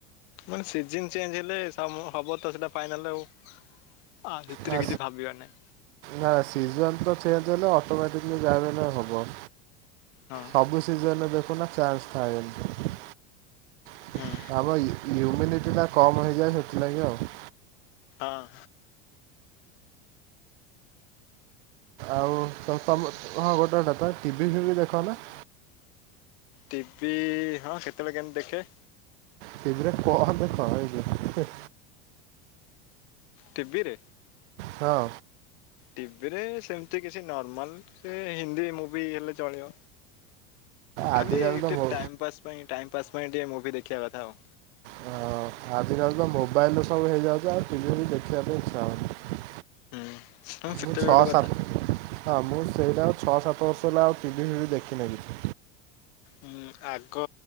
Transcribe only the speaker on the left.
ମାନେ ସିଜନ ଚେଞ୍ଜ ହେଲେ ସମ ହବ ତ ସେଟା ଫାଇନାଲ ଆଉ ଆ ସେଥିରେ
କିଛି ଭାବିବାର ନାହିଁ।
ହଁ
ହୁଁ
ହଁ।
ଟି ଭି ହଁ ସେତବେଳେ କେମିତି ଦେଖେ।
ଟି ଭିରେ
ଟିଭିରେ ସେମତି କିଛି ନର୍ମାଲ ସେ ହିନ୍ଦୀ ମୁଭି ହେଲେ ଚଳିବ।
ଖାଲି
ଟିକେ
ଟାଇମ ପାସ୍ ପାଇଁ ଟାଇମ ପାସ୍ ପାଇଁ ଟିକେ ମୁଭି ଦେଖିବା କଥା ଆଉ।
ହୁଁ। ହଁ ସେଟା
ବି
ଗୋଟେ କଥା
ହୁଁ ଆଗ